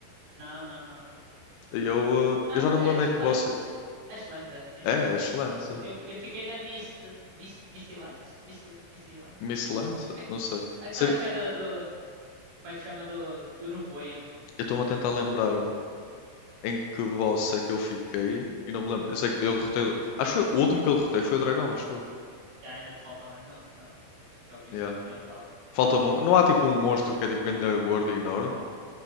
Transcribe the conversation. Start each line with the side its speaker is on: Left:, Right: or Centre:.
Right: Não, não, não.
Left: E Eu, eh,
Right: Não,
Left: eu já
Right: não
Left: não me
Right: é
Left: lembro
Right: Ashlands.
Left: em que você.
Right: Ashlands é, tens
Left: É,
Right: razão.
Left: É Ashlands,
Right: Eu, fi-
Left: é.
Right: eu, eu fiquei na Mist, Mist, Misty Lands? Misty, Misty Lands?
Left: Miss Lands?
Right: Aque-
Left: Não sei.
Right: Aquela
Left: Sim,
Right: que é do, do- Como é que chama? Do, do nevoeiro.
Left: eu estou-me a tentar lembrar em que boss é que eu fiquei e não me lembro. Eu sei que eu derrotei. Acho que foi o último que eu derrotei foi o dragão, acho eu.
Right: E ainda te falta mais um, então. Que é o, Mis-
Left: Yeah.
Right: que é o tal.
Left: Falta mon- Não há tipo um monstro que é tipo grande gorda e enorme